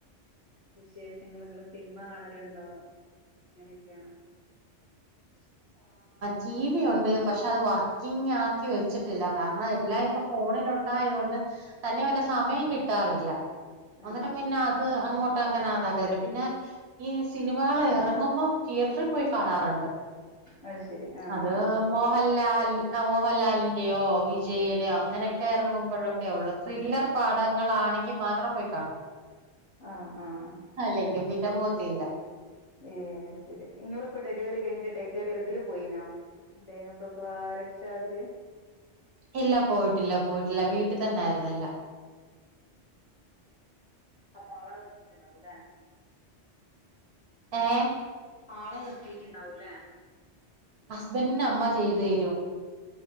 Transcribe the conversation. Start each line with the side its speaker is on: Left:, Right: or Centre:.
Left: വിശേഷങ്ങൾ നിങ്ങള്ൾ സിനിമ കാണലുണ്ടോ? എങ്ങനെയൊക്കെയാണ്? <inaudible>
Right: ടി വി ഉണ്ട് പക്ഷെ അത് വർക്കിങ് ആക്കി വെച്ചിട്ടില്ല, കാരണം എല്ലായ ഇപ്പം ഫോണിൽ ഉണ്ടായത് കൊണ്ട് തന്നെ വല സമയം കിട്ടാറില്ല
Left: ഉം
Right: എന്നിട്ട് പിന്നെ അത അങ്ങോട്ട് അങ്ങനെ <unintelligible> പിന്നെ ഈ സിനിമകൾ ഇറങ്ങുമ്പം തിയേറ്ററിൽ പോയി കാണാറുണ്ട്
Left: അ ശരി ആ ആ
Right: അത് മോഹൻലാൽ മോഹൻലാലിന്റെയോ വിജയയുടെയോ അങ്ങനെയൊക്കെ, ഇറങ്ങുമ്പോഴൊക്കെ ഉള്ളത് ത്രില്ലർ പടങ്ങളൾാണെങ്കിൽ മാത്രം പോയി കാണും.
Left: ആഹ് ആഹ്
Right: അല്ലെങ്കിൽ പിന്നെ
Left: ശരി
Right: പോത്തില്ല
Left: ഉം ശരി നിങ്ങളിപ്പോ ഡെലിവറി കഴിഞ്ഞട്ട്, ടേക്ക് കെയറിൽ ഇതില് പോയിനോ? ദൈന പ്രസവാ രക്ഷാ ദില്
Right: ഇല്ല പോയിട്ടില്ല പോയിട്ടില്ല വീട്ടി തന്നായിരുന്നു എല്ലാം.
Left: അപ്പക്കാളെ നിർത്തിട്ടുണ്ടാവുലെ
Right: ഏഹ്
Left: ആളെ നിർത്തീട്ട്ണ്ടാവൂലെ
Right: ഹസ്ബൻന്റെ അമ്മ ചെയ്തേരും